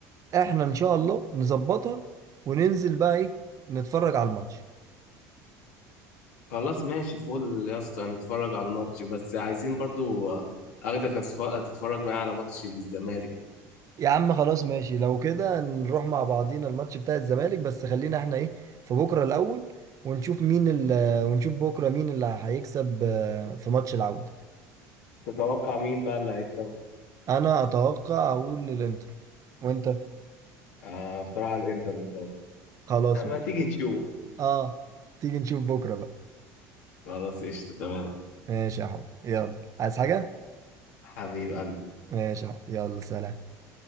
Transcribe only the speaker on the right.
احنا ان شاء الله نظبطها وننزل بقى ايه نتفرج على الماتش
يا عم خلاص ماشي لو كده نروح مع بعضينا الماتش بتاع الزمالك بس خلينا احنا ايه في بكرة الأول ونشوف مين ال آه، ونشوف بكرة مين اللي هيكسب آه، في ماتش العودة
أنا أتوقع أقول للإنتر وأنت
خلاص
ماشي
أه تيجي نشوف بكرة بقى
ماشي يا حب يلا عايز حاجة؟
ماشي يا حب يلا سلام